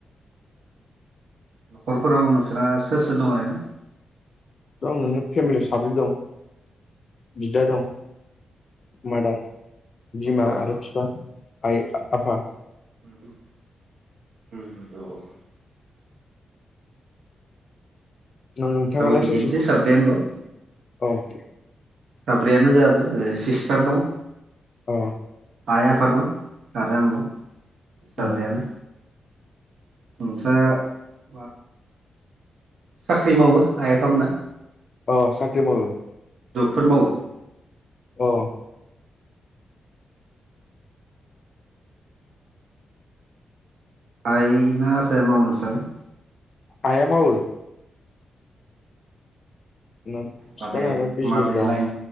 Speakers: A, on the right (about 70°); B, on the left (about 40°).
A: न'खरफोराव नोंसोरा सोर सोर दं आरैनो।
B: औनो फेमिलि साब्रै दं। बिदा दं मारादार
A: औ
B: बिमा
A: औ
B: आरो बिफा आइ आफा
A: औ औ
B: <unintelligible> नोंथाङालाय
A: बिदिनोसै
B: सोर सोर दं
A: साब्रैयानोल'
B: अ।
A: साब्रैयानो जाबो सिस्टार दं।
B: औ।
A: आइ आफा दं आरो आंनाव साब्रयानो
B: उम
A: <unintelligible> साख्रि मावो आइ आफा मोना।
B: अ साख्रि मावो
A: जबफोर मावो
B: अ
A: आइ ना आफाया मावनो सानै?
B: आया मावो ना
A: माबे
B: बिफानानो बिजनेस
A: माबे
B: दं
A: लाइन